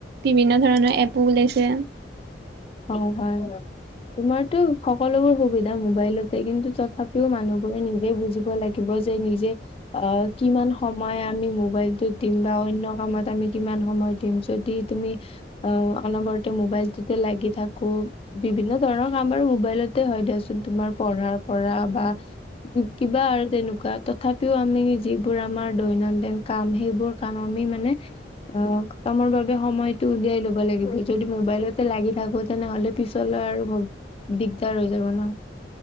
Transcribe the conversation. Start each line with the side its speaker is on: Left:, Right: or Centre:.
Right: বিভিন্ন ধৰণৰ এপো ওলাইছে।
Left: হয় হয় হয়। তোমাৰটো সকলোবোৰ সুবি ধা মোবাইলতে কিন্তু তথাপিও মানুহবোৰে নিজে বুজিব লাগিব যে নিজে আ কিমান সময় আমি মোবাইলটোত দিম বা অন্য কামত আমি কিমান সময় দিম যদি তুমি আ অনবৰতে মোবাইলটোকে লাগি থাকো বিভিন্ন ধৰণৰ কাম বাৰু মোবাইলতে হয় দিয়াচোন তোমাৰ পঢ়াৰ পৰা বা কিবা আৰু তেনেকুৱা তথাপিও আমি যিবোৰ আমাৰ দৈনন্দিন কাম সেইবোৰ কাৰণ আমি মানে আ কামৰ বাবে সময়টো উলিয়াই ল'ব লাগিব যদি মোবাইলতে লাগি থাকো তেনেহ'লে পিছলৈ আৰু মোৰ দিগদাৰ হৈ যাব ন।